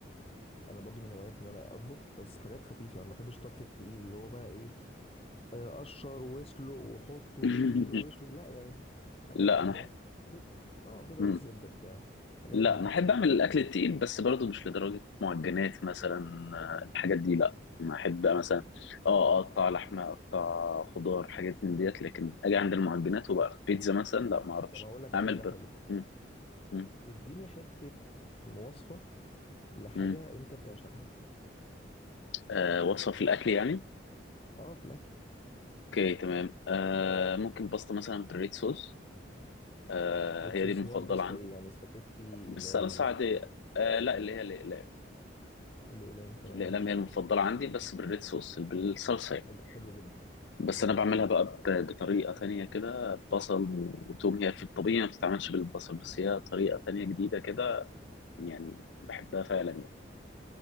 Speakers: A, on the left (about 30°); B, on the left (about 75°).
A: انا برضو من هواياتي ان انا اطبخ بس حاجات خفيفه ما بحبش الطبخ التقيل اللي هو بقى ايه آه، قشر واسلق وحط وشيل
B: <laughs>
A: وشوي لا يعني حاجات
B: لا
A: ال
B: أنا أحب
A: بيض- اه بيضه
B: مم.
A: بالزبده بتاع حاجات
B: لا
A: ال
B: أنا أحب أعمل الأكل التقيل بس برضه مش لدرجة معجنات مثلا آه، الحاجات دي لا أنا أحب مثلا اه أقطع لحمة أقطع خضار حاجات من ديت لكن أجي عند المعجنات وبقى بيتزا مثلا لا ما أعرفش
A: طب هقول لك
B: أعمل
A: على حاجه
B: بر
A: حلوه
B: مم. مم.
A: اديني حته مواصفه لحاجه
B: مم.
A: انت بتعشقها
B: آه، وصفة في الأكل يعني
A: اه في الاكل
B: اوكي تمام آه ممكن باستا مثلا بالريد صوص آه
A: ريد
B: هي
A: صوص
B: دي المفضله
A: نوع الباستا
B: عندي
A: ايه يعني سباكيتي
B: بالصلصه
A: اقلام
B: عاديه آه لا اللي هي الاقلام
A: الاقلام تمام
B: الاقلام هي المفضله عندي بس بالريد صوص بالصلصه يعني
A: حلو حلو جدا
B: بس
A: تمام
B: انا بعملها بقى ب- بطريقه تانية كده بصل وتوم هي في الطبيعي ما بتتعملش بالبصل بس هي طريقه تانية جديده كده يعني بحبها فعلا يعني